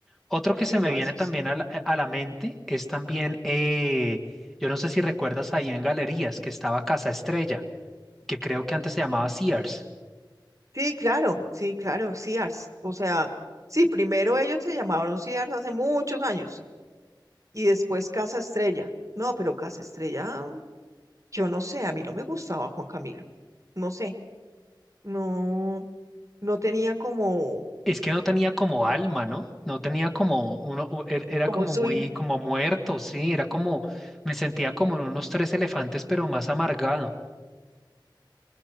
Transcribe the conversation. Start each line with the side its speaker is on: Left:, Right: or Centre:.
Centre: Otro que
Right: Sí,
Centre: se me
Right: no,
Centre: viene
Right: eso
Centre: también
Right: sí.
Centre: a la, eh, a la mente es también, eh, yo no sé si recuerdas ahí en Galerías que estaba Casa Estrella, que creo que antes se llamaba Sears.
Right: Sí, claro, sí, claro, Sears. O sea, sí, primero ellos se llamaron Sears hace muchos años y después Casa Estrella. No, pero Casa Estrella, yo no sé, a mí no me gustaba Juan Camilo. No sé, no, no tenía como,
Centre: Es que no tenía como alma, ¿no? No tenía como uno, u- er- era
Right: como
Centre: como
Right: su...
Centre: muy,
Right: in-
Centre: como muerto, sí, era como, me sentía como en unos tres elefantes, pero más amargado.